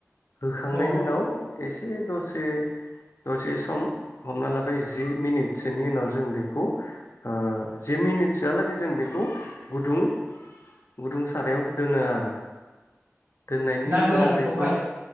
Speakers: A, on the left; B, on the right.
A: होखांनायनि
B: अ
A: उनाव एसे दसे। दसे सम हमना लाबाय जि मिनिटसोनि उनाव जों बेखौ ओ जि मिनिटसोआलागै जों बेखौ गुदुं गुदुं सारायावब दोनो आरो। दोननायनि
B: ना
A: उनाव
B: गोरानखौहाय
A: बेखौ